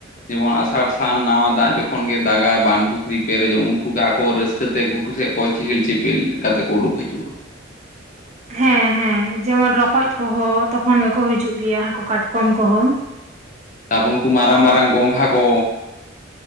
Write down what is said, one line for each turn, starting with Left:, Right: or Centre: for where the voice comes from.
Left: ᱡᱮᱢᱚᱱ ᱟᱥᱟᱲ ᱥᱟᱱ ᱱᱟᱣᱟ ᱫᱟᱜ ᱡᱚᱠᱷᱚᱱ ᱜᱮ ᱫᱟᱜᱟᱭ ᱵᱟᱱ ᱯᱩᱠᱷᱨᱤ ᱯᱮᱨᱮᱡᱚᱜ ᱩᱱᱠᱩ ᱜᱮ ᱟᱠᱚ ᱨᱟᱹᱥᱠᱟᱹ ᱪᱤᱠᱟᱹ ᱛᱮ ᱜᱷᱩᱴᱩ ᱥᱮᱫ ᱠᱚ ᱪᱮᱦᱮᱞ ᱪᱮᱯᱮᱞ ᱠᱟᱛᱮ ᱠᱚ ᱩᱰᱩᱠ ᱦᱤᱡᱩᱜ-ᱟ
Right: ᱦᱮᱸ ᱦᱮᱸ ᱡᱮᱢᱚᱱ ᱨᱚᱠᱚᱡ ᱠᱚᱦᱚᱸ ᱛᱚᱠᱷᱚᱱ ᱜᱮᱠᱚ ᱦᱤᱡᱩᱜ ᱜᱮᱭᱟ ᱦᱟᱹᱠᱩ ᱠᱟᱴᱠᱚᱢ ᱠᱚᱦᱚᱸ
Left: ᱛᱟᱵᱚᱱ ᱩᱱ ᱠᱚ ᱢᱟᱨᱟᱝ ᱢᱟᱨᱟᱝ ᱜᱚᱝᱜᱷᱟ ᱠᱚ